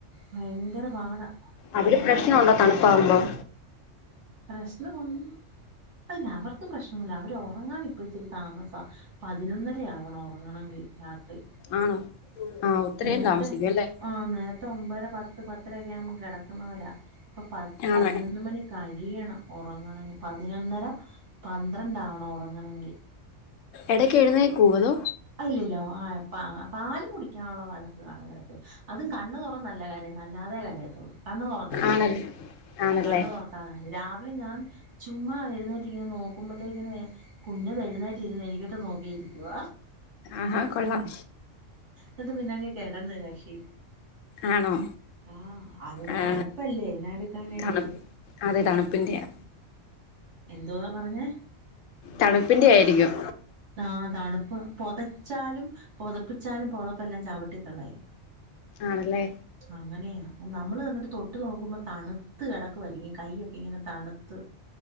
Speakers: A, on the right (about 65°); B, on the left (about 85°).
A: ഭയങ്കര പാടാ. തണുപ്പ്
B: അവര് പ്രശ്ന ഉണ്ടോ തണുപ്പാവുമ്പം..
A: പ്രശ്ന ഒണ്ട്. അല്ല അവർക്ക് പ്രശ്നൊന്നുല്ല അവർ ഒറങ്ങാൻ ഇപ്പ ഇച്ചിരി താമസ. പതിനൊന്നര ആവണം ഒറങ്ങണെങ്കിൽ രാത്രി.
B: ആണൊ. ആഹ് ഒത്തരി
A: നേരത്തെ
B: നേരം താമസിക്കും. അല്ലേ.
A: ആഹ് നേരത്തെ ഒമ്പര പത്ത്, പത്തരൊക്കെ, ആകുമ്പ കെടക്കുന്നവരാ. ഇപ്പ പ
B: ആണോ
A: പതിനൊന്ന് മണിക്കഴ്. യണം ഒറങ്ങണങ്കി പതിനൊന്നര പന്ത്രണ്ടാവണം ഒറങ്ങണെങ്കിൽ.
B: എടയ്ക്ക് എഴുന്നേക്കോ അതോ.
A: ഇല്ലല്ല. ആഹ് പാല് കുടിക്കാനുള്ള വഴക്ക് കാണും. എടയ്ക്ക് അതും കണ് തുറന്നല്ല ക. ല്ലാതെ കരയത്തൊള്ളു. കണ്ണ് തൊറക്കത്തില്ല.
B: ആണൽ ആണല്ലേ
A: കണ്ണ് തൊ. ആഹ് രാവിലെ ഞാൻ ചുമ്മാ എഴുന്നേറ്റ് ഇങ്ങനെ നോക്കുമ്പോത്തേക്ക്ന്. കുഞ്ഞത് എഴുന്നേറ്റിരുന്ന് എനിക്കിട്ട് നോക്കിയിരിക്കുവ.
B: ആഹാ കൊള്ളാം.
A: ഇന്നട്ട് പിന്നെങ്ങ് കെടന്ന് കക്ഷി.
B: ആണോ?
A: ആഹ്. അതും
B: ആ
A: തണുപ്പല്ലേ എന്നാ എടുക്കാനായിട്ടാ.
B: തണു അതെ തണുപ്പിന്റെയാ.
A: എന്തുവാ പറഞ്ഞേ
B: തണുപ്പിന്റെ ആയിരിക്കും.
A: ആഹ് തണുപ്പ്. പൊതച്ചാലും പൊതപ്പിച്ചാലും പുതപ്പെല്ലാം ചവിട്ടിക്കളയും
B: ആണല്ലേ
A: അങ്ങനെയാ നമ്മള് എന്നിട്ട് തൊട്ട് നോക്കുമ്പോ തണുത്ത് കെടക്കുവായിരിക്കും കയ്യ്. ക്കെ ഇങ്ങനെ തണുത്ത്